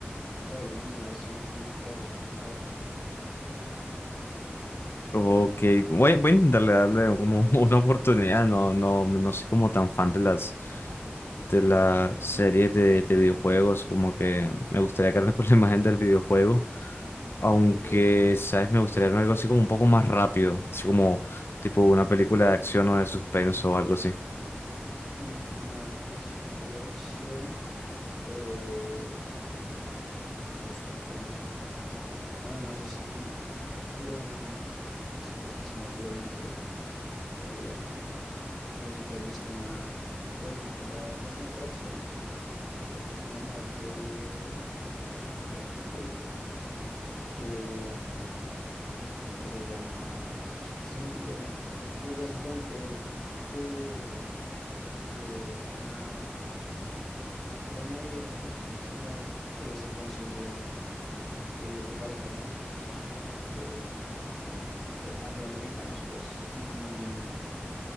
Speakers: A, in the centre; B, on the left.
A: entre hoy y mañana si te haces una maratón,
B: Ok, voy, voy a intentarle darle como <laughs> una oportunidad. No, no, no soy como tan fan de las de las series de, de videojuegos. Como que me gustaría quedarme <laughs> con la imagen del videojuego. Aunque,
A: ok,
B: ¿sabes? Me gustaría verme algo así como un poco más rápido. Así como tipo una película de acción o de suspenso o algo así.
A: uy, una así tipo de acción, pues, o suspenso, bueno, no sé si, em, es que se me olvidó el nombre, Em, no sé si te has visto una película, no es tanto de acción, es como más de, de suspenso un poquito, que... em, que se llama, <sighs> es que se me olvidó el nombre, pero es básicamente de que una, hay una vieja, pues, una señora que se consigue eh, de parejas negritos, de eh, afroamericanos, pues, y mm,